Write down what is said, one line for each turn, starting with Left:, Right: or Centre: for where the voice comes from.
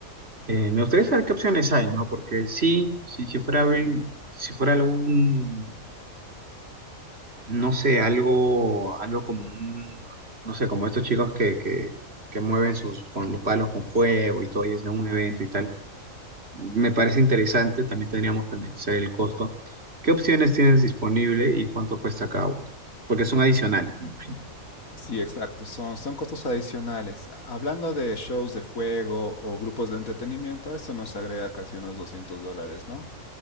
Right: Eh, me gustaría saber qué opciones hay, ¿no? Porque sí, si, si fuera, a abrir- si fuera algún, no sé, algo, algo como un, no sé, como estos chicos que, que, que mueven sus, con los palos con fuego y todo, y hacen un evento y tal, me parece interesante, también tendríamos que analizar el costo. ¿Qué opciones tienes disponible y cuánto cuesta cada una? Porque son adicionales, me imagino.
Left: Sí, exacto, son, son costos adicionales. Hablando de shows de fuego o grupos de entretenimiento, eso nos agrega casi unos 200 dólares, ¿no?